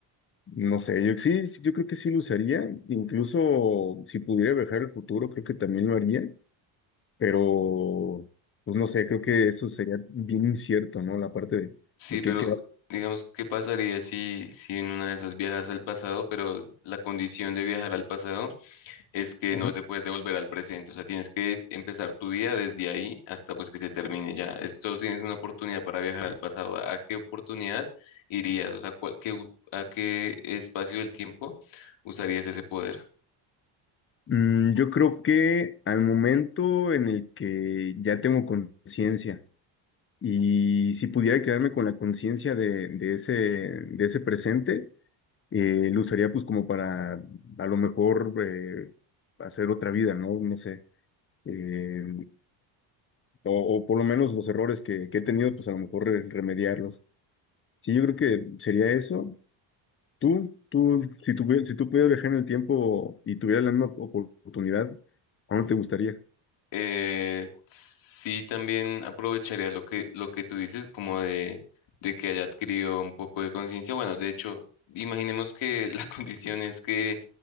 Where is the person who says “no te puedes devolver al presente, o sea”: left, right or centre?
Left